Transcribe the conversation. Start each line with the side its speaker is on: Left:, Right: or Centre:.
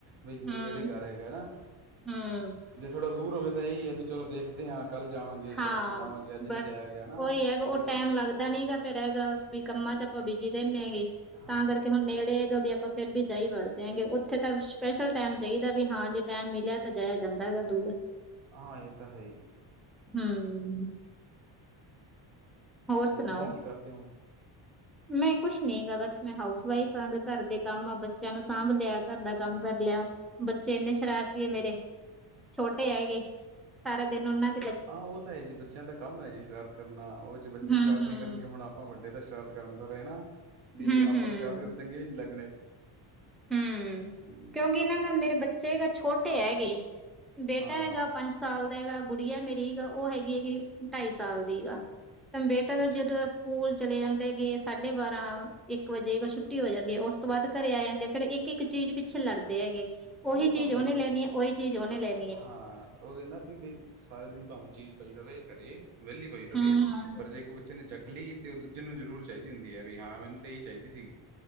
Right: ਬਈ ਨੇੜੇ
Centre: ਹੂੰ,
Right: ਘਰ ਹੈਗਾ ਨਾ।
Centre: ਹੂੰ,
Right: ਜੇ ਥੋੜਾ ਦੂਰ ਹੋਵੇ ਤਾਂ ਏਈ ਐ ਬੀ ਚਲੋ ਦੇਖਦੇ ਆਂ ਕੱਲ ਜਾਵਾਂਗੇ।
Centre: ਹਾਂ।
Right: ਪਰਸੋਂ ਜਾਵਾਂਗੇ ਅੱਜ
Centre: ਬਸ
Right: ਨਹੀਂ ਜਾਇਆ ਗਿਆ ਨਾ
Centre: ਓਈ ਹੈਗਾ
Right: ਉਹੀ
Centre: ਓ
Right: ਰਹਿੰਦਾ
Centre: ਟੈਮ
Right: ਫਿਰ
Centre: ਲੱਗਦਾ ਨੀਗਾ। ਫਿਰ ਹੈਗਾ ਵੀ ਕੰਮਾਂ ਚ ਆਪਾਂ ਬਿਜੀ ਰੈਨੇ ਹੈਗੇ,
Right: ਹਾਂ
Centre: ਤਾਂ ਕਰਕੇ ਹੁਣ ਨੇੜੇ ਹੈਗਾ ਵੀ ਅਪ ਆਪਾਂ ਫੇਰ ਵੀ ਜਾਈ ਵੜਦੇ ਹੈਂਗੇ। ਓਥੇ ਤਾਂ ਸਪੈਸ਼ਲ ਟਾਈਮ ਚਾਈਦਾ ਵੀ ਹਾਂ ਜੇ ਟਾਈਮ ਮਿਲੇਆ ਤਾਂ ਜਾਏਆ ਜਾਂਦਾ ਹੈਗਾ ਦੂਰ।
Right: ਹਾਂ, ਏ ਤਾਂ ਹੈ ਈ।
Centre: ਹੂੰ। ਹੋਰ ਸੁਨਾਓ।
Right: ਤੁਸੀਂ ਕੀ ਕਰਦੇ ਹੋ
Centre: ਮੈਂ ਕੁਛ ਨੀ ਗਾ ਬੱਸ ਮੈਂ ਹਾਊਸ ਵਈਫ ਆਂ। ਗ ਘਰ ਦੇ ਕੰਮ ਆ ਬੱਚੇਆਂ ਨੂੰ ਸਾਂਭ ਲੇਆ, ਘਰ ਦਾ ਕੰਮ ਕਰ ਲੇਆ। ਬੱਚੇ ਏਨੇ ਸ਼ਰਾਰਤੀ ਐ ਮੇਰੇ। ਛੋਟੇ ਹੈਗੇ ਸਾਰਾ ਦਿਨ ਓਨਾਂ
Right: ਹਾਂ ਓ ਤਾਂ ਹੈ ਜੀ ਬੱਚੇਆਂ ਦਾ ਕੰਮ ਐ ਜੀ ਸ਼ਰਾਰਤ ਕਰਨਾ। ਓ ਚ ਬੱਚੇ
Centre: ਹੂੰ-ਹੂੰ,
Right: ਸ਼ਰਾਰਤ ਨੀ ਕਰਨਗੇ ਹੁਣ ਆਪ ਆਪਾਂ ਵੱਡੇ ਤਾਂ ਸ਼ਰਾਰਤ ਕਰਨ ਤੋਂ ਰਏ ਨਾ। ਵੀ
Centre: ਹੂੰ-ਹੂੰ,
Right: ਆਪਾਂ
Centre: ਹੂੰ।
Right: ਤਾਂ ਸ਼ਰਾਰਤ ਕਰਦੇ ਚੰਗੇ ਵੀ ਨੀ ਲੱਗਣੇ।
Centre: ਹੂੰ।
Right: ਹਮ
Centre: ਕਿਉਂਕਿ ਏਨਾਂ ਗਾ ਮੇਰੇ ਬੱਚੇ ਗ ਛੋਟੇ ਹੈਗੇ। ਬੇਟਾ
Right: ਹਾਂ
Centre: ਹੈਗਾ ਪੰਜ ਸਾਲ ਦਾ ਹੈਗਾ। ਗੁੜੀਆ ਮੇਰੀ ਗਾ ਓ ਹੈਗੀ ਗੀ ਢਾਈ ਸਾਲ ਦੀ ਗਾ। ਬੇਟਾ ਤਾ
Right: ਅੱਛਾ
Centre: ਜਦੋਂ ਸਕੂਲ ਚਲੇ ਜਾਂਦੇ ਗੇ ਸਾਢੇ ਬਾਰਾਂ ਏਕ ਵਜੇ ਗਾ ਛੁੱਟੀ ਹੋ ਜਾਂਦੀ ਐ। ਓਸ ਤੋਂ ਬਾਦ ਘਰੇ ਆ ਜਾਂਦੇ। ਫੇਰ ਏਕ ਏਕ ਚੀਜ ਪਿੱਛੇ ਲੜਦੇ ਹੈਗੇ। ਓਹੀ
Right: ਉਹ
Centre: ਚੀਜ
Right: ਤਾਂ ਹੈ ਹੀ
Centre: ਓਨੇ
Right: ਜੀ
Centre: ਲੈਨੀ ਐ ਓਈ ਚੀਜ ਓਨੇ ਲੈਣ
Right: ਹਾਂ। ਓਦੇ ਨ ਬੀ ਬੀ ਬਈ ਸਾਰੇ ਦਿਨ ਭਾਵੇਂ ਚੀਜ ਪਈ ਰਵੇ ਘਰੇ ਵੇਲੀ ਪਈ ਰਵੇ,
Centre: ਹੂੰ
Right: ਪਰ ਜੇ ਇੱਕ ਬੱਚੇ ਨੇ ਚੱਕ ਲੀ ਤੇ ਓ ਦੂਜੇ ਨੂੰ ਜਰੂਰ ਚਾਈਦੀ ਹੁੰਦੀ ਏ ਵੀ ਹਾਂ ਮੈਨੂੰ ਤੇ ਏਈ ਚਾਈਦੀ ਸੀ ਗੀ।